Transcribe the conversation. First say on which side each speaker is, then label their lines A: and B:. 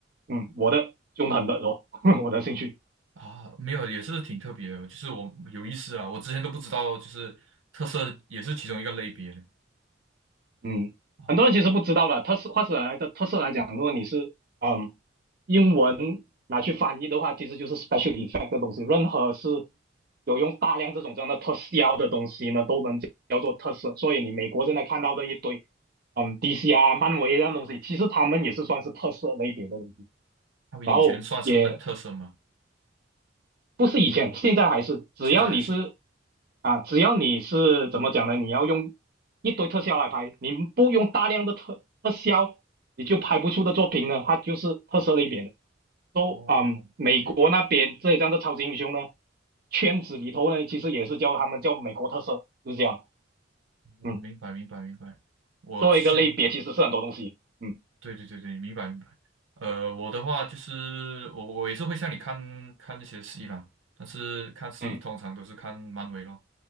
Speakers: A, on the right; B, on the right.
A: 嗯我的凶狠的哦，<laughs> 我的兴趣。
B: 啊，没有也是挺特别的，就是我有意思啊，我之前都不知道，就是特色也是其中一个类别
A: 嗯，
B: 哦，
A: 很多人其实不知道的，特色画出来的特色来讲，如果你是嗯英文拿去翻译的话，其实就是 special effect 的东西。任何是有用大量这种这样的特效的东西呢，都能叫做特色。所以你美国现在看到的一堆嗯 DC 啊、漫威这样东西，其实他们也是算是特色类别的东西。
B: 他们以前算是类特色吗？
A: 然后也不是以前，现在还是，只要你是
B: 现在还是
A: 啊，只要你是怎么讲呢？你要用一堆特效来拍，你不用大量的特特效，你就拍不出的作品呢，它就是特色类别的。都啊，
B: 哦，OK，
A: 嗯美国那边这一张的超级英雄呢，圈子里头呢，其实也是叫他们叫美国特色，就是这样。
B: 哦，
A: 嗯，
B: 明白明白明白，我之前。
A: 作为一个类别，其实是很多东西。嗯
B: 对对对对，明白明白。呃，我的话就是我我也是会像你看看那些戏啦，但是看戏通常都是看漫威咯，
A: 嗯